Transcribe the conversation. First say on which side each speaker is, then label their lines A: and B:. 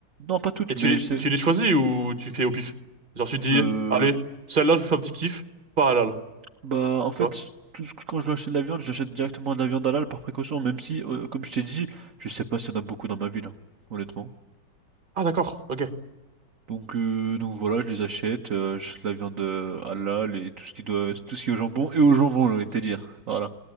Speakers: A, on the right; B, on the right.
A: Non, pas toutes,
B: Et tu
A: mais
B: les,
A: je sais.
B: tu les choisis ou tu fais au pif? Genre, tu te dis,
A: Euh,
B: allez, celle-là, je vous fais un petit kiff. Pas halal.
A: bah en fait,
B: Tu vois?
A: tout ce que- quand je veux acheter de la viande, j'achète directement de la viande halal par précaution, même si, euh, comme je t'ai dit, je sais pas s'il y en a beaucoup dans ma ville, hein, honnêtement.
B: Ah, d'accord. Ok.
A: Donc, euh, donc voilà, je les achète, euh, j'achète la viande euh, halal et tout ce qui doit, tout ce qui est au jambon et au jambon, j'ai envie de te dire. Voilà.